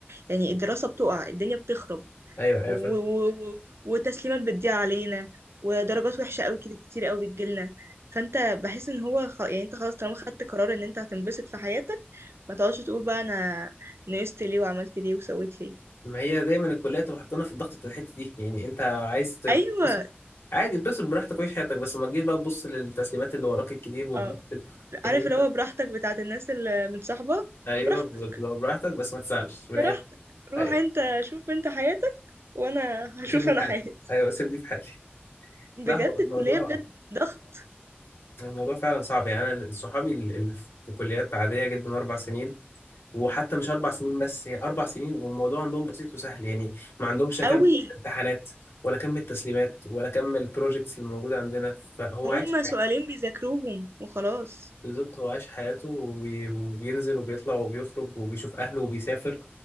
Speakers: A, on the right; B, on the left.
A: يعني الدراسة بتقع الدنيا بتخرب
B: أيوه أيوه
A: و...
B: فاهم.
A: و... و- وتسليمات بتضيع علينا ودرجات وحشة قوي كت- كتير قوي بتجيلنا فانت بحس ان هو خ... يعني انت خلاص طالما خدت قرار ان انت هتنبسط في حياتك ما تقعدش تقول بقى انا نقصت ليه وعملت ليه وسويت ليه
B: ما هي دايما الكليه تبقى حاطانا في الضغط بتاع الحته دي يعني انت عايز تتبسط
A: ايوه
B: عادي اتبسط براحتك وعيش حياتك بس ما تجيش بقى تبص للتسليمات اللي وراك الكتير والضغط
A: اه
B: ال- يعني
A: عارف اللي هو براحتك بتاعت الناس اللي متصاحبة
B: ايوه
A: براحتك
B: بالظبط لو براحتك بس ما تزعلش من
A: براحتك
B: الاخر
A: روح
B: ايوه
A: انت شوف انت حياتك وانا هشوف
B: سيبني في
A: انا حياتي
B: حالي ايوه سيبني في حالي <laughs>
A: بجد
B: لا هو الموضوع
A: الكلية بجد ضغط
B: الموضوع فعلا صعب يعني انا صحابي اللي اللي في كليات عاديه جدا اربع سنين وحتى مش اربع سنين بس هي اربع سنين والموضوع عندهم بسيط وسهل يعني ما عندهمش كم
A: قوي
B: امتحانات ولا كم التسليمات ولا كم البروجيكتس اللي موجوده عندنا فهو
A: هما
B: عايش
A: سؤالين بيذاكروهم وخلاص
B: بالظبط هو عايش حياته وبي- وبينزل وبيطلع وبيخرج وبيشوف أهله وبيسافر